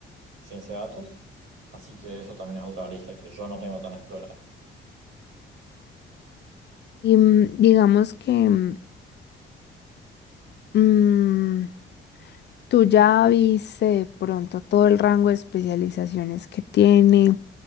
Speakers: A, on the right; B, on the left.
A: ciencia de datos. Así que eso también es otra arista que yo no tengo tan explorada.
B: Y mm, digamos que... mm, Mm, tú ya viste de pronto todo el rango de especializaciones que tiene